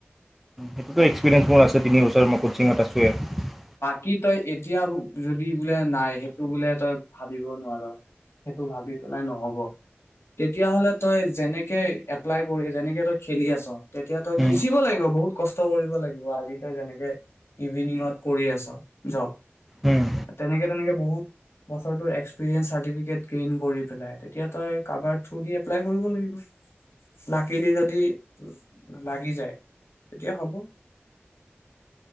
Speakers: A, in the centre; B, on the left.
A: সেইটো একসপিৰিঞ্চ মোৰ আছে তিনি ওচৰ মই কোচিং এটা আছোঁোৱে
B: কি তই এতিয়া যদি বোলে নাই সেইটো বোলে তই ভাবিব নোৱাৰ সেইটো ভাবি পেলাই নহব তেতিয়াহলে তই যেনেকে এপ্লাই কৰি যেনেকে তই খেলি আছ তেতিয়া তই
A: উম,
B: সিঁচিব লাগিব বহুত কষ্ট কৰিব লাগিব আজি তই যেনেক <unintelligible>
A: উম,